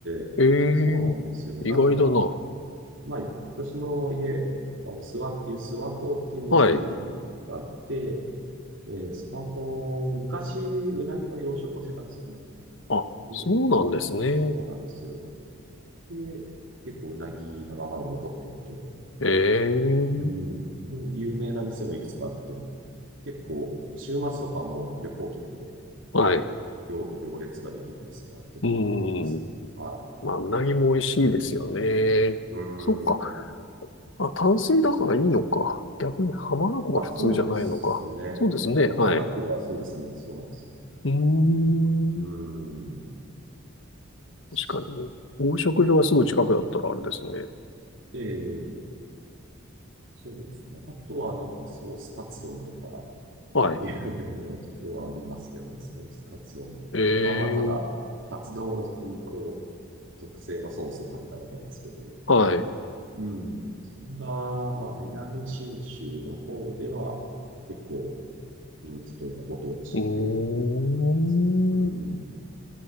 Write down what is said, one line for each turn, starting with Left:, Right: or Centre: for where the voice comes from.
Right: え、
Left: ええ意外だな。
Right: そうなんですよ。なんか、まあ、私の家、あの、諏訪っていう、諏訪湖っていう湖があって、
Left: はい。
Right: ええ、諏訪湖、昔、うなぎの養殖をしてたんですよね。
Left: あ、
Right: で、
Left: そうなんですね。
Right: そうなんですよ。で、結構うなぎ屋がまだ残っていて、
Left: ええ
Right: うん。で、有名な店もいくつかあって、結構、週末とかはもう旅行客で、
Left: はい。
Right: 行、行列ができる店が結構ありますね。
Left: うん。
Right: は
Left: まあ、うなぎも美味しいですよね。
Right: い。うん。うーん。
Left: そっか。あ、淡水だからいいのか。逆に浜名湖が普通じゃないのか。
Right: あ、そうですね。
Left: そうですね。
Right: 浜名湖がそうですね。
Left: はい。う
Right: そうなんですよ。
Left: ーん。
Right: うーん。そうですかね
Left: 確かに。養殖場がすぐ近くだったらあれですね。
Right: ええ、そうですね。あとはなんかソースカツ丼とか、
Left: はい。
Right: 有名なとこはありますけどね。ソースカツ丼は、
Left: ええ
Right: まあ、ただ、カツ丼にこう、特製のソースをかけただけなんですけど、
Left: はい。
Right: うん。そんな、まあ、南信州の方では、結構人気というか、ご当地料理っていう形ですね。
Left: うーん。
Right: うん。